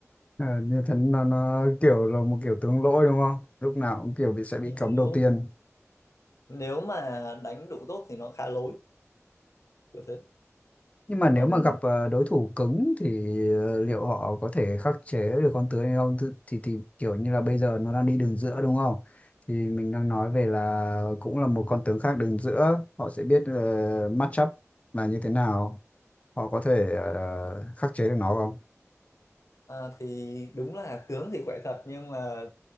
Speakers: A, on the left; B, on the left.
A: Ờ, như thế nó, nó kiểu là một kiểu tướng lỗi đúng không? Lúc nào cũng kiểu bị sẽ bị
B: nếu
A: cấm đầu tiên.
B: nếu mà đánh đủ tốt thì nó khá lối kiểu thế
A: Nhưng mà nếu
B: còn
A: mà gặp ờ, đối thủ cứng thì ờ, liệu họ có thể khắc chế được con tướng hay không? Thì, thì, thì kiểu như là bây giờ nó đang đi đường giữa đúng không? Thì mình đang nói về là cũng là một con tướng khác đường giữa, họ sẽ biết uh, match up là như thế nào, họ có thể ờ, khắc chế được nó không?
B: à, thì đúng là tướng thì khỏe thật nhưng mà